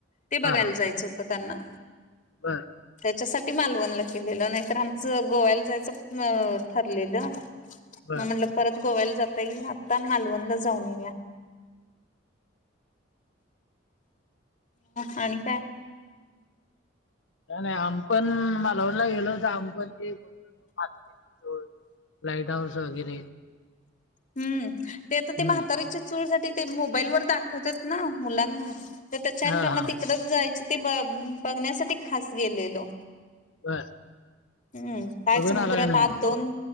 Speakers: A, on the left; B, on the left.
A: ते बघायला
B: हा हा
A: जायचं होतं त्यांना.
B: बर
A: त्याच्यासाठी मालवणला गेलेलं नाहीतर आमचं गोव्याला जायचं ठरलेलं.
B: बर
A: म म्हणलं परत गोव्याला जाता ईल आता मालवणला जाऊन येया मआणि काय?
B: काय नाही, आमी पण मलवनला गेलो होतो आमी पण ते चुळ लाईट हाऊस वगैरे
A: हम्म, ते आता ते
B: हम्म
A: म्हातारीच्या चूड साठी ते मोबाईलवरर दाखवतात ना मुलांना तर त्याच्या
B: हा
A: त्यांना
B: हा
A: तिक जायच ते ब बघण्यासाठी खास गेलेलो.
B: बर
A: हम्म, काय
B: बघून
A: समुद्रात
B: आला का नाही
A: आज दोन